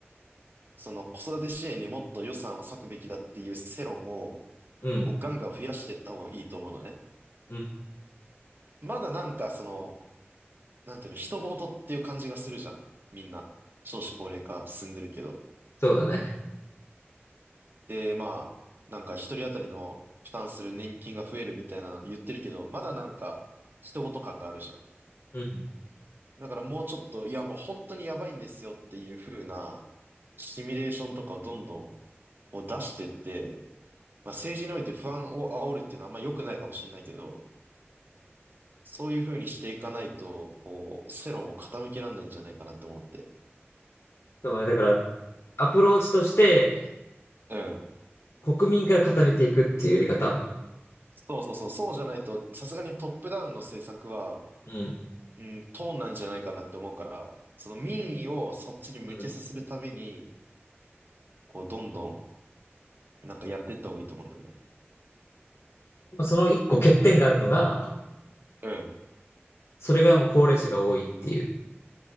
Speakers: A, on the right; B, on the left.
A: その子育て支援にもっと予算を割くべきだっていう世論を、
B: うん、
A: こうガンガン増やしていった方がいいと思うのね。
B: うん、
A: まだなんかその、なんていうの、人事っていう感じがするじゃん。みんな。少子高齢化進んでるけど。
B: そうだね。
A: で、まあ、なんか一人当たりの負担する年金が増えるみたいなの言ってるけど、まだなんか人事感があるじゃん。
B: うん
A: だからもうちょっと、いやもう本当にやばいんですよっていう風なシミュレーションとかをどんどんこう出してって、まあ政治において不安を煽るっていうのはあんま良くないかもしれないけど、そういう風にしていかないと、こう、世論を傾けられないんじゃないかなって思って。
B: そうね、だから、アプローチとして、
A: うん
B: 国民から固めていくっていうやり方。
A: そうそうそう、そうじゃないと、さすがにトップダウンの政策は、
B: うん。
A: うん、通んないんじゃないかなって思うから、その民意をそっちに向けさせるために、
B: うん。
A: こう、どんどん、なんかやっていった方がいいと思うんだよね。
B: まあその一個欠点があるのが、
A: うん。
B: それがもう高齢者が多いっていう、